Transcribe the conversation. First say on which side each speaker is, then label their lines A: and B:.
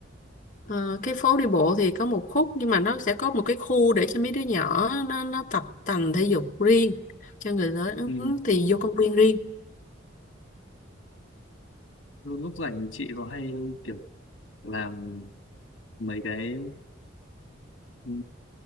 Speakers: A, on the left; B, on the left.
A: Ờ, cái phố đi bộ thì có một khúc nhưng mà nó sẽ có một cái khu để cho mấy đứa nhỏ nó nó tập tành thể dục riêng cho người lớn
B: ừ.
A: thì vô công viên riêng
B: lúc lúc rảnh thì chị có hay kiểu làm mấy cái ừ,